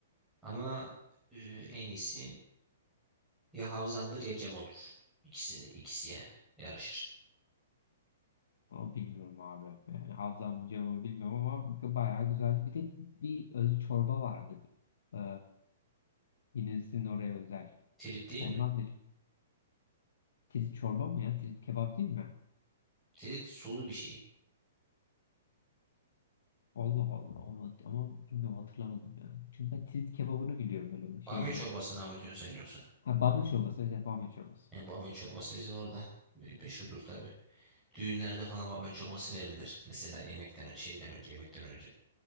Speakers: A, in the centre; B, on the left.
A: Ama e, en iyisi ya Havzan'dır ya Cemo'dur. İkisi, ikisi yani yarışır.
B: Ama bilmiyorum abi. Yani hafızam mı cevabı bilmiyorum ama bayağı güzeldi. Bir de bir öz çorba vardı. Ee, yine sizin oraya özel.
A: Tirit değil
B: Ondan
A: mi?
B: da tirit çorba mı ya? Tirit kebap değil mi?
A: Tirit sulu bir şey.
B: Allah Allah. Onu, ama bilmiyorum hatırlamadım ya. Çünkü ben tirit kebabını biliyorum böyle şeyli.
A: Bamya çorbasına mı diyorsun sen yoksa?
B: Ha bamya çorbası. Evet evet, bamya çorbası.
A: Yani bamya çorbası bizim orada me- meşhurdur tabii. Düğünlerde falan bamya çorbası verilir. Mesela yemekten ö- şeyden önce, yemekten önce.